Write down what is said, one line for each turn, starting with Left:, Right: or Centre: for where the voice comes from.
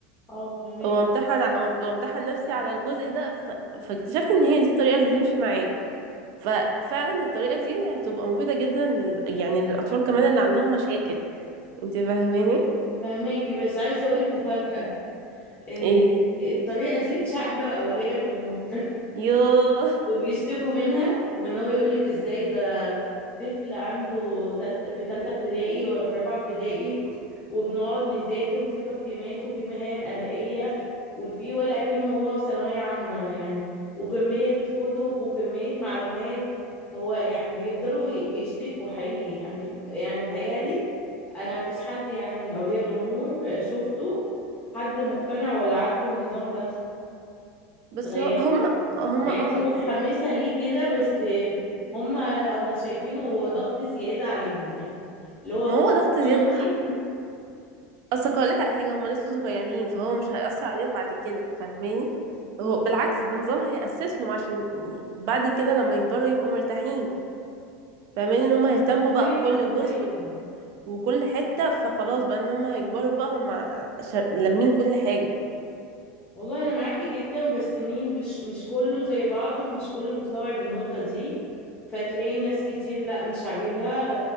Left: اه فهماك
Right: وامتحن ع- وام- وامتحن نفسي على الجزء ده ف... فاكتشفت ان هي دي الطريقة اللي تمشي معايا ففعلا الطريقة دي هتبقى مفيدة جدا لل... يعني للاطفال كمان اللي عندهم مشاكل انت فاهماني
Left: فهماكي بس عايزه اقول لك مفاجاه ان
Right: ايه
Left: الطريقه دي مش عاجبه اولياء الامور
Right: يوه <laughs>
Left: وبيشتكوا منها وان هو يقولك ازاي ده طفل عنده تالتة في تالتة ابتدائي ولا في رابعة ابتدائي وبنقعد نذاكر وفي تقييمات وفي مهام أدائية وفي ولا أكنه هو في ثانوية عامة يعني وكمية كتب وكمية معلومات هو يعني بيفضلوا يشتكوا حقيقي يعني يعني متهيألي أنا مفيش حد يعني من أولياء الأمور شفته حد مقتنع ولا عاجبه النظام ده
Right: بس
Left: تخيلي
Right: هو- هم هم
Left: يعني
Right: اه
Left: انت
Right: يعني
Left: متحمسة ليه كده بس هما لو ما شايفينه هو ضغط زيادة عليهم يعني اللي هو هو
Right: ما هو
Left: احنا
Right: ضغط زيادة
Left: ناقصين
Right: اصل هقولك على حاجه هما لسه صغيرين فهو مش هيأثر عليهم بعد كده فاهماني هو بالعكس ده نظام هيأسسهم عشان بعد كده لما يكبروا يبقوا مرتاحين فاهماني ان هما هيهتموا بقى
Left: ايوه
Right: بكل
Left: انا معاكي
Right: جزء وكل حته فخلاص بقى ان هما هيكبروا بقى هما ش- لامين كل حاجه
Left: والله انا معاكي جدا بس مين مش مش كله زي بعضه ومش كله مستوعب النقطة دي فتلاقي ناس كتير لا مش عاجبها